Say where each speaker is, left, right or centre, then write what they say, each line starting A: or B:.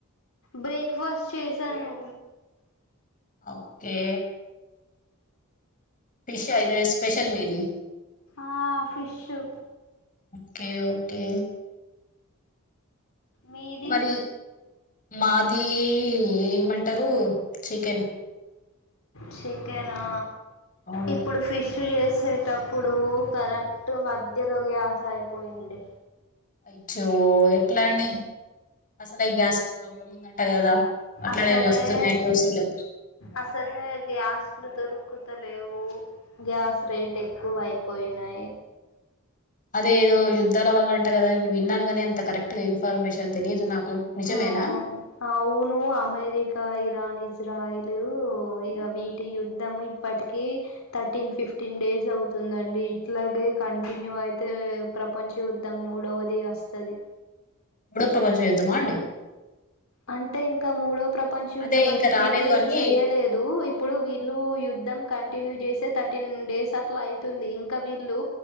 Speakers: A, on the left (about 70°); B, on the left (about 40°).
A: బ్రేక్ఫాస్ట్ చేసాను
B: అ ఓకే ఫిష్ ఆ ఈరోజు స్పెషల్ మీది
A: ఆ ఫిష్షు
B: ఓకే ఓకే
A: మీది
B: మరి మాది ఏమంటరు చికెన్
A: చికెనా
B: అవును
A: ఇప్పుడు ఫిష్ చేసేటప్పుడు కరెక్ట్ మధ్యలో గ్యాస్ అయిపోయింది
B: అయిజో ఎట్లా అండి అసలు గ్యాస్ కి ప్రాబ్లం ఉందంట కదా అట్లనే
A: అసలే
B: వస్తున్నాయి న్యూస్లు
A: అసలే గ్యాస్లు దొరుకు తలేవు గ్యాస్ రేట్ ఎక్కువ అయిపోయినాయి
B: అదే ఏదో యుద్ధాల వల్ల అంటే కదా నేను విన్నాను గాని అంత కరెక్ట్ ఇన్ఫర్మేషన్ తెలీదు నాకు నిజమేనా
A: ఆ అవును అమెరికా ఇరాన్ ఇజ్ జ్రాయిలు ఇక వీటి యుద్ధం ఇప్పటికి థర్టీన్ ఫిఫ్టీన్ డేస్ అవుతు తుందండి ఇట్లాగే కంటిన్యూ అయితే ప్రపంచ యుద్ధం మూడవది వస్తది
B: మూడో ప్రపంచ యుద్ధమా అండి
A: అంటే ఇంకా మూడో ప్రపంచ యుద్ధం
B: అదే
A: అని
B: ఇంకా రాలేదు
A: డిక్లేర్
B: అని
A: చేయలేదు ఇప్పుడు వీళ్ళు యుద్ధం కంటిన్యూ చేసే థర్టీన్ డేస్ అట్లా అయితుంది ఇంకా వీళ్ళు